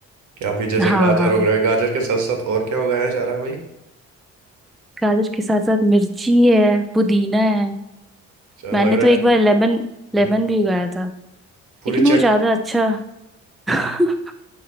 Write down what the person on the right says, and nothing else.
क्या अभी जैसे
गाजर
उग रहा है गाजर के साथ साथ और क्या उगाया जा रहा है भाई
चल
लग रहा
है
हम्म हम्म।
पूरी
चट
हम्म,